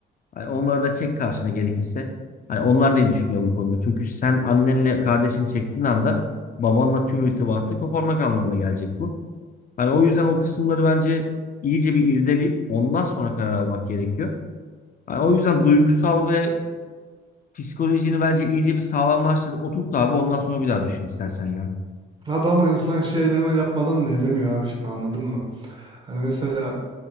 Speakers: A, on the left; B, on the right.
A: Hani onları da çek karşına gerekirse. Hani onlar ne düşünüyor bu konuda? Çünkü sen annenle kardeşin çektiğin anda babanla tüm irtibatı koparmak anlamına gelecek bu. Hani o yüzden o kısımları bence iyice bir irdeleyip ondan sonra karar almak gerekiyor. Hani o yüzden duygusal ve psikolojini bence iyice bir sağlamlaştır. Oturt abi ondan sonra bir daha düşün istersen ya.
B: Abi ama insan şey deme yapmadan da edemiyor abi şimdi anladın mı? Hani mesela